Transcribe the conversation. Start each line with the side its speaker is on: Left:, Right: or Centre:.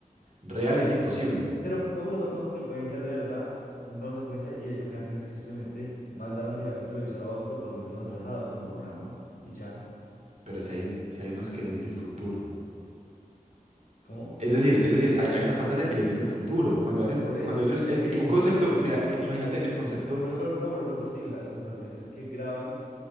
Right: real es imposible,
Left: Pero no porque, no, no porque pueden ser de verdad un plano secuencia y lo que hacen es que simplemente mandan la señal de un televisor a otro dos minutos atrasado con un programa y ya.
Right: pero si hay, un- si hay unos que les dice el futuro.
Left: ¿Cómo?
Right: Es decir, es decir, hay, hay una pantalla que les dice el futuro. Cuando hacen,
Left: Por eso,
Right: cuando ellos,
Left: sí, sí,
Right: es
Left: sí,
Right: un concepto,
Left: sí, sí.
Right: mira, im- imagínate el concepto.
Left: Por- por- no, por, por, por eso te digo, o sea, o sea, lo que hacen es que graban